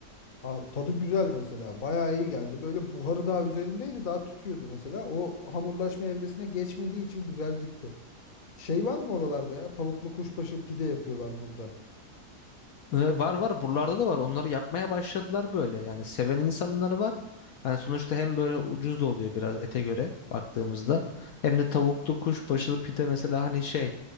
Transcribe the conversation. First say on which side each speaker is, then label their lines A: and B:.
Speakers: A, on the left; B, on the left.
A: Aa, tadı güzel mesela. Bayağı iyi geldi. Böyle buharı daha üzerindeydi. Daha tütüyordu mesela. O hamurlaşma evresine geçmediği için güzel gitti. Şey var mı oralarda ya? Tavuklu kuşbaşı pide yapıyorlar burada.
B: Ee, Var var buralarda da var onları yapmaya başladılar böyle yani seven insanları var. Yani sonuçta hem böyle ucuz da oluyor biraz ete göre baktığımızda hem de tavuklu kuşbaşılı pide mesela hani şey